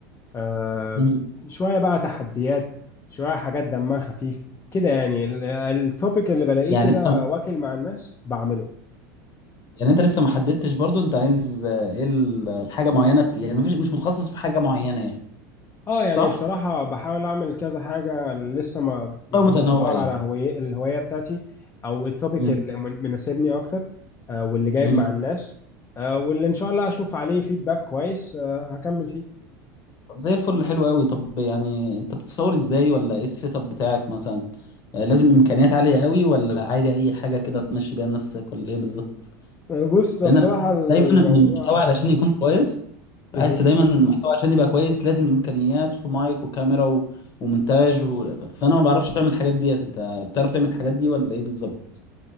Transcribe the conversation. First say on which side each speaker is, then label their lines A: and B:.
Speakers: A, on the left; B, on the left.
A: آه
B: مم.
A: شوية بقى تحديات شوية حاجات دمها خفيف كده يعني التوبيك اللي بلاقيه
B: يعني
A: كده
B: لسه
A: واكل مع الناس بعمله
B: يعني انت لسه ما حددتش برضو انت عايز آه، ايه ال- الحاجه معينه يعني مفيش- مش متخصص في حاجه معينه يعني
A: اه يعني
B: صح
A: بصراحة بحاول اعمل كذا حاجة لسه ما يعني
B: أو مم. متنوعين
A: بدور على هوية الهواية بتاعتي او التوبيك
B: مم.
A: اللي من- مناسبني اكتر آه، واللي جايب
B: مم.
A: مع الناس آه، واللي ان شاء الله هشوف عليه فيدباك كويس آه، هكمل فيه
B: طب زي الفل حلو قوي طب يعني انت بتصور ازاي ولا ايه السيت اب بتاعك مثلا آه، لازم امكانيات عاليه قوي ولا عادي اي حاجه كده تمشي بيها نفسك ولا ايه بالظبط
A: آه، بص هو
B: لان
A: بصراحة
B: انا
A: الموضوع
B: دايما ان المحتوى علشان يكون كويس بحس
A: مه.
B: دايما إن المحتوى عشان يبقى كويس لازم امكانيات في مايك وكاميرا و... ومونتاج و... فانا ما بعرفش اعمل الحاجات ديت انت بتعرف تعمل الحاجات دي ولا ايه بالظبط